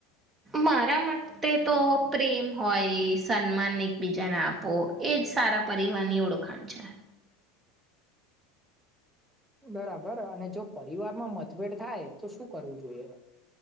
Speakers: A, on the right; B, in the centre.
A: મારા માટે તો પ્રેમ હોય, સન્માન એકબીજાને આપો એજ સારા પરિવારની ઓળખાણ છે.
B: બરાબર અને જો પરિવારમા મતભેદ થાય તો શું કરવુ જોઈએ?